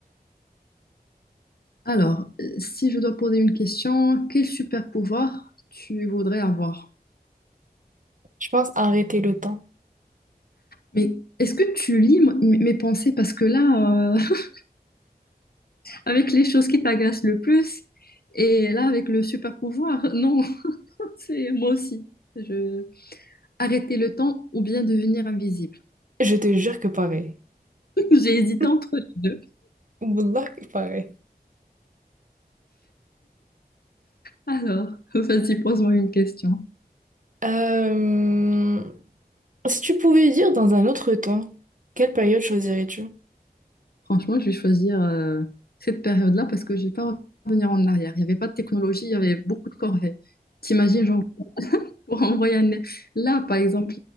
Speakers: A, on the left; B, on the right.
A: Alors, euh, si je dois poser une question, quel super pouvoir tu voudrais avoir?
B: Je pense arrêter le temps.
A: Mais est-ce que tu lis m- mes pensées? Parce que là, euh, <laughs> avec les choses qui t'agacent le plus, et là, avec le super pouvoir, <laughs> non, <laughs> c'est moi aussi. Je... Arrêter le temps ou bien devenir invisible.
B: Je te jure que pareil.
A: <laughs> J'ai hésité
B: <laughs>
A: entre les deux.
B: Wallah que pareil.
A: Alors, <laughs> vas-y, pose-moi une question.
B: Euh, Si tu pouvais dire dans un autre temps, quelle période choisirais-tu?
A: Franchement, je vais choisir euh, cette période-là parce que je ne vais pas revenir en arrière. Il n'y avait pas de technologie, il y avait beaucoup de corvées. T'imagines, genre, <laughs> pour envoyer un... Là, par exemple,